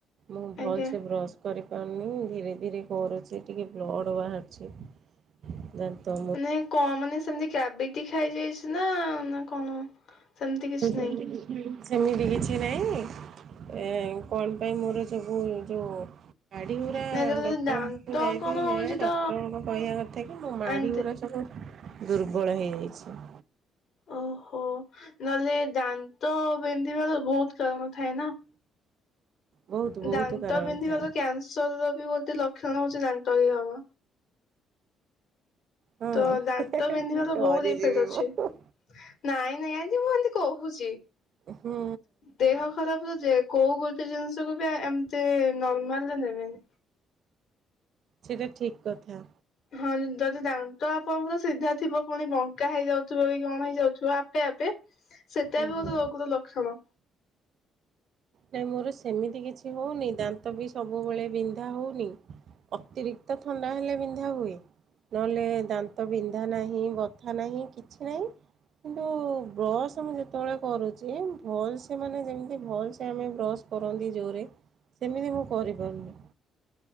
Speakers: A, on the right (about 65°); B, on the left (about 65°).
A: ମୁଁ
B: ଆଜ୍ଞା
A: ଭଲ ସେ ବ୍ରସ୍ କରିପାରୁନି ଧୀରେ ଧୀରେ କରୁଚି ଟିକେ ବ୍ଲଡ଼ ବାହାରୁଚି। ଦାନ୍ତ।
B: ମାନେ କଣ ମାନେ ସେମିତି କାବିଟି ଖାଇଯାଇଛି ନା ନା କଣ? ସେମିତି କିଛି
A: ସେ
B: ନାହିଁ
A: ଯେମିତି। ସେମିତି କିଛି ନାହିଁ ଏ କଣ ପାଇଁ ମୋର ସବୁ ଯୋଉ ମାଢ଼ୀ ଉରା
B: ନାଇଁ ତାହେଲେ
A: ଡକ୍ଟରଙ୍କୁ
B: ଦାନ୍ତ
A: କଯାଇଥିଲି
B: କଣ ହଉଛି
A: ଯେ
B: ତ
A: ଡକ୍ଟରଙ୍କ କହିବା କଥା କି ମୋ ମାଢୀ
B: ଆଣିତେ
A: ଉରା ସବୁ ଦୁର୍ବଳ ହେଇଯାଇଛି।
B: ଓହୋ ନଲେ ଦା ତ ବିନ୍ଧିବା ତ ବହୁତ କାରଣ ଥାଏ ନା?
A: ବହୁତ ବହୁତ
B: ଦାନ୍ତ
A: କାରଣ
B: ବିିନ୍ଧିବାର
A: ଥାଏ
B: କ୍ୟାନସର ବି ଗୋଟେ ଲକ୍ଷଣ ହଉଛି ଦାନ୍ତ କି ହବ।
A: ହଁ
B: ତ ଦାନ୍ତ ବିିନ୍ଧିବା ତ ବହୁତ
A: ଡରିଯିବି
B: ଇଫେକ୍ଟ ଅଛି।
A: ମୁଁ
B: ନାଇଁ ନାଇଁ ଏତି ମୁଁ ଏତି କହୁଛି
A: ହୁଁ
B: ଦେହ ଖରାପ ଯେ କୋଉ ଗୋଟେ ଜିନିଷକୁ ବି ଏମିତି ନର୍ମାଲରେ ନେବେନି।
A: ସେଟା ଠିକ କଥା।
B: ହଁ ଯଦି ଦାନ୍ତ ଆପଣଙ୍କର ସିଧା ଥିବ ପୁଣି ବଙ୍କା ହେଇଯାଉଥିବ କି କଣ ହେଇଯାଉଥିବ ଆପେ ଆପେ ସେଟା
A: ଓହୋ
B: ବି ମୋତେ ରୋଗର ଲକ୍ଷଣ।
A: ନାହିଁ ମୋର ସେମିତି କିଛି ହଉନି ଦାନ୍ତ ବି ସବୁବେଳେ ବିନ୍ଧା ହଉନି। ଅତିରିକ୍ତ ଥଣ୍ଡା ହେଲେ ବିନ୍ଧା ହୁଏ। ନହେଲେ ଦାନ୍ତ ବିନ୍ଧା ନାହିଁ ବଥା ନାହିଁ କିଛି ନାହିଁ। କିନ୍ତୁ ବ୍ରସ୍ ମୁଁ ଯେତେବେଳେ କରୁଛି ଭଲ ସେ ମାନେ ଯେମିତି ଭଲସ ତ ଆମେ ବ୍ରସ୍ କରନ୍ତି ଜୋରରେ ସେମିତି ମୁଁ କରିପାରୁନି।